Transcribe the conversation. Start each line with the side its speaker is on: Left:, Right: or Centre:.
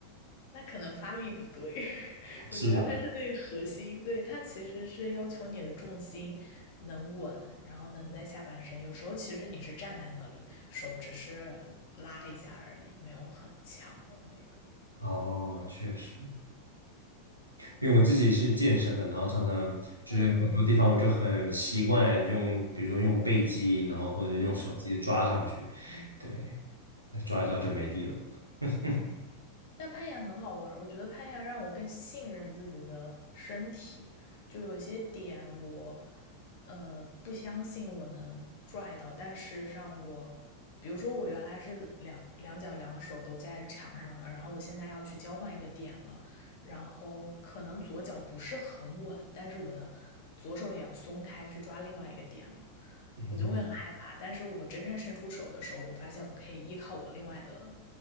Left: 那可能发力不对，<laughs>
Right: 是吧？
Left: 我觉得它是对核心，对，它其实是要求你的重心能稳，然后能在下半身。有时候其实你是站在那里，手只是拉一下而已，没有很强的那个。
Right: 哦，确实，因为我自己是健身的，然后常常就是很多地方我就很习惯用，
Left: 嗯
Right: 比如说用背肌，然后或者用手直接抓上去，
Left: 嗯嗯
Right: 对，那抓一抓就没力了。<laughs>
Left: 嗯。但攀岩很好玩儿，我觉得攀岩让我更信任自己的身体，就有些点我，呃，不相信我能拽到，但事实上我，比如说我原来是两两脚两手都在墙上的，然后我现在要去交换一个点了，然后可能左脚不是很稳，但是我的左手也要松开去抓另外一个点了，
Right: 嗯哼，
Left: 我就会很害怕。但是我真正伸出手的时候，我发现我可以依靠我另外的